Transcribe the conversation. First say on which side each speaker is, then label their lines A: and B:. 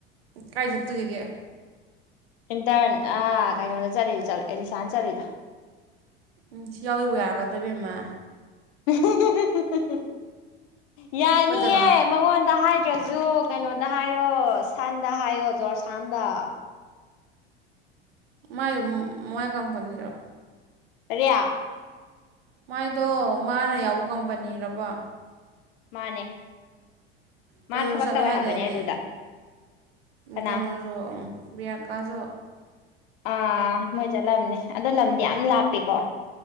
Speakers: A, on the right; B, on the left.
A: ꯀꯥꯏ ꯆꯠꯇꯣꯔꯤꯒꯦ
B: ꯏꯟꯇꯔꯟ ꯑꯥ ꯀꯩꯅꯣꯗ ꯆꯠꯂꯤꯗꯣ ꯆꯠꯂꯣ ꯑꯦꯂꯤꯁꯥꯅ ꯆꯠꯂꯤꯗꯣ
A: ꯎꯝ ꯁꯤ ꯌꯥꯎꯒꯦꯕꯨ ꯌꯥꯔꯛꯀꯗ꯭ꯔꯣ ꯏꯕꯦꯝꯃ
B: ꯍꯨꯝ ꯍ ꯍ ꯍ ꯍ ꯍ ꯌꯥꯅꯤꯌꯦ
A: ꯑꯩꯈꯣꯏꯗꯒ
B: ꯃꯉꯣꯟꯗ ꯍꯥꯏ ꯇ꯭ꯔꯖꯨ ꯀꯩꯅꯣꯗ ꯍꯥꯏꯌꯣ ꯁꯥꯟꯗ ꯍꯥꯏꯌꯣ ꯖꯣꯔꯁꯥꯟꯗ
A: ꯃꯥꯏꯗꯣ ꯃꯥꯏ ꯀꯝꯄꯅꯤ ꯔꯣ
B: ꯑꯔꯦꯌꯥ
A: ꯃꯥꯏꯗꯣ ꯃꯥꯅ ꯌꯥꯎꯕ ꯀꯝꯄꯅꯤꯔꯥꯕ
B: ꯃꯥꯅꯦ ꯃꯥ
A: ꯀꯩꯅꯣꯁꯨ
B: ꯊꯕꯛ
A: ꯆꯠꯂꯦ
B: ꯇꯧꯋꯦ
A: ꯍꯥꯏꯗꯥꯏꯅꯦ
B: ꯍꯥꯏꯕꯅꯦ ꯑꯗꯨꯗ ꯀꯅꯥ
A: ꯀꯩꯅꯣꯁꯨ ꯄ꯭ꯔꯤꯌꯥꯡꯀꯥꯖꯨ
B: ꯑꯥ ꯃꯣꯏ ꯆꯠꯂꯝꯅꯤ ꯑꯗꯣ ꯂꯝꯗꯤ ꯌꯥꯝ ꯂꯥꯞꯄꯦꯀꯣ